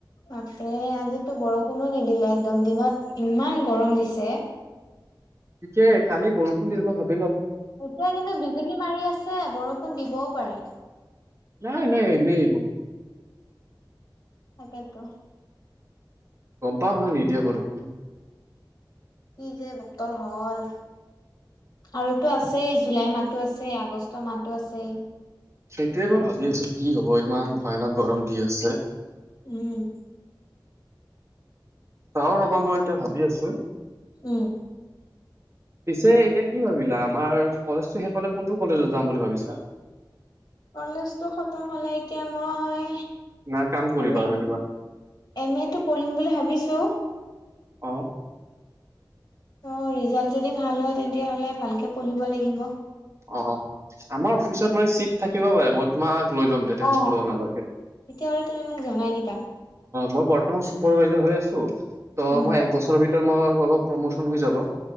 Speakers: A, on the left; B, on the right.
A: বাপৰে আজিতো বৰষুণো নিদিলে একদম দিনত ইমান গৰম দিছে।
B: গতিকে কালি বৰষুণ দিব ভাব
A: এতিয়া কিন্তু বিজুলী মাৰি আছে বৰষুণ দিবও পাৰে।
B: নাই- নাই এনেই এবোৰ।
A: তাকেটো।
B: গম পাও মই নিদিয়ে বৰষুণ।
A: কি যে বতৰ হ'ল আৰুটো আছেই জুলাই মাহটো আ আছেই আগষ্ট মাহটো আছেই।
B: সেইটোয়ে মই ভাবি আছো কি হব ইমান ভয়ানক গৰম দি আছে
A: উম
B: চাও ৰবা মই এতিয়া ভাবি আছো
A: উম
B: পিছে এতিয়া কি ভাবিলা আমাৰ কলেজটো শেষ হলে কোনটো কলেজত যাম বুলি ভাবিছা <unintelligible>
A: কলেজতো খতম হলে এতিয়া মই
B: না কাম কৰিবা
A: এম এ
B: আৰু কিবা
A: এম এটো পঢ়িম বুলি ভাবিছো
B: অ
A: অ ৰিজাল্ট যদি ভাল হয় তেনতিয়া হলে ভালকে পঢ়িব লাগিব
B: অ আমাৰ অফিচত মানে চিট থাকিব পাৰে মই তোমাক লৈ লম দে টেনচন
A: অ
B: লব নালাগে অ
A: তেতিয়াহ'লে তুমি মোক জনাই দিবা
B: মই বৰ্তমান চুপ চুপাৰভাইজাৰ হৈ আছো ত
A: উম
B: মই এবছৰ ভিতৰত মই অলপ প্ৰমোচন হৈ যাব